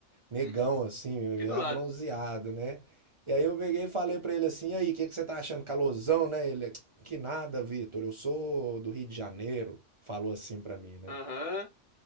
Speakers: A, on the right (about 50°); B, on the left (about 35°).
A: Negão,
B: Uhum.
A: assim,
B: Aqui
A: já
B: do lado.
A: bronzeado, né? E aí eu peguei e falei pra ele assim, e aí, o que que você tá achando? Calorzão, né? Ele, que nada, Vitor, eu sou do Rio de Janeiro, falou assim pra mim, né?
B: Aham.